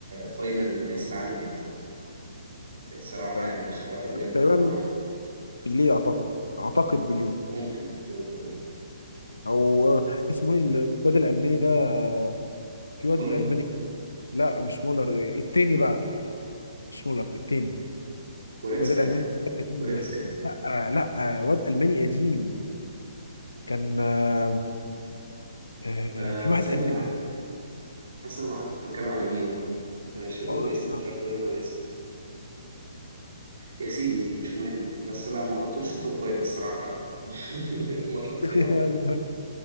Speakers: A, on the right; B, on the left.
A: فاينل كاس العالم امتى الصراحه
B: مثلا
A: يعني اخر واحد جاب
B: تقريبا
A: وعمل
B: بيليه اعتقد اعتقد بيليه
A: ممكن ممكن آه.
B: او آه، اسمه ايه الواد الالماني ده آه، في واد
A: مولر
B: الماني كده- لا مش مولر آه، التاني بقى مش مولر التاني
A: جوريتسكا
B: الواد الالماني القديم
A: جوريتسكا
B: ده لا آه، لا آه، واد الماني قديم كان آه، آه،
A: آه
B: في واحد
A: ثانيه
B: الماني
A: حاسس انا عارف تتكلم على مين انا مش فاكر
B: آه،
A: الاسم
B: آه.
A: مش عارف اجمع الاسم يا سيدي مش مهم بس بقى ما حطوش في التوب فايف الصراحة حتى <laughs> في ماتشات كتير
B: <laughs>
A: أحلى